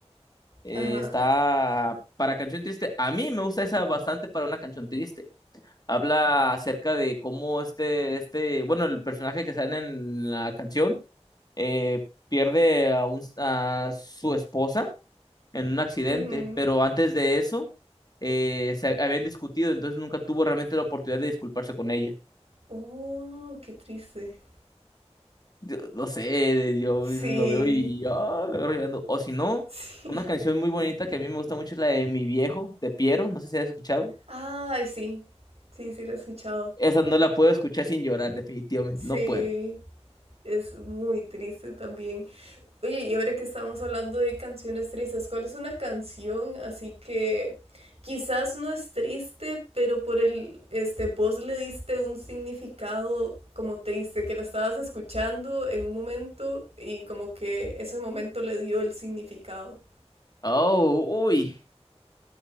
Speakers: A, on the left; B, on the right.
A: Eh,
B: ajá.
A: está para canción triste. A mí me gusta esa bastante para una canción triste. Habla acerca de cómo este, este, bueno, el personaje que sale en la canción eh, pierde a, un- a su esposa en un accidente,
B: ujú.
A: pero antes de eso eh, se habían discutido, entonces nunca tuvo realmente la oportunidad de disculparse con ella.
B: Oh, qué triste.
A: Yo, no sé, yo
B: Sí,
A: lo veo y yo ah, me agarro llorando. O si no,
B: <laughs> sí.
A: una canción muy bonita que a mí me gusta mucho es la de Mi Viejo, de Piero, no sé si has escuchado.
B: Ay, sí, sí, sí, lo he escuchado.
A: Esa no la puedo escuchar sin llorar, definitivamente,
B: Sí,
A: no puedo.
B: es muy triste también. Oye, y ahora que estamos hablando de canciones tristes, ¿cuál es una canción así que quizás no es triste, pero por el, este, vos le diste un significado como triste, que la estabas escuchando en un momento y como que ese momento le dio el significado?
A: Oh, uy.